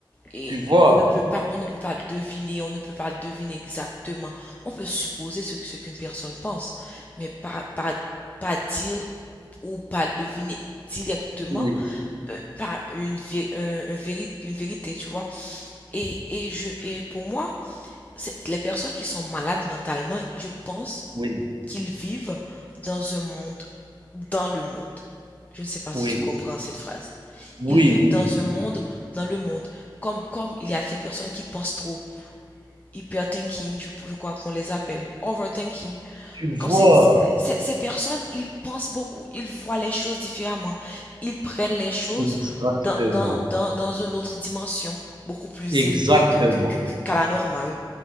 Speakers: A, on the left; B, on the right.
A: Et
B: tu vois?
A: et on ne peut pas, on ne peut pas deviner, on ne peut pas deviner exactement. On peut supposer ce, que- ce qu'une personne pense, mais pas, pas, pas dire ou pas deviner directement,
B: Oui,
A: euh, pas une, vé- un- un véri- une vérité, tu vois. Et, et, je, et pour moi, c'est- les personnes qui sont malades mentalement, je pense
B: oui,
A: qu'ils vivent dans un monde, dans le monde. Je ne sais pas
B: oui,
A: si tu comprends cette phrase.
B: oui,
A: Ils vivent
B: oui,
A: dans
B: oui,
A: un monde, dans le monde. Comme, comme il y a ces personnes qui pensent trop, hyperthinking, je, je crois qu'on les appelle, overthinking.
B: tu
A: Comme
B: vois?
A: c'est- c'est- ces personnes, ils pensent beaucoup, ils voient les choses différemment. Ils prennent les choses
B: Exactement,
A: dans, dans, dans, dans une autre dimension, beaucoup plus
B: exactement.
A: élevée que, que, que, que- qu'à la normale.